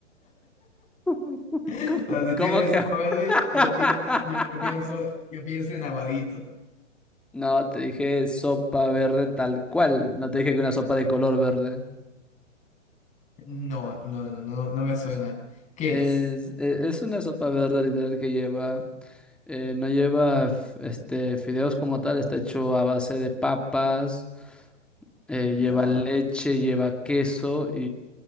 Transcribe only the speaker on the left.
<laughs>
Si
tienes
sopa verde,
yo pienso, yo, yo pienso, yo pienso en aguadito.
No, no, no, no, no me suena. ¿Qué
es?
Ya.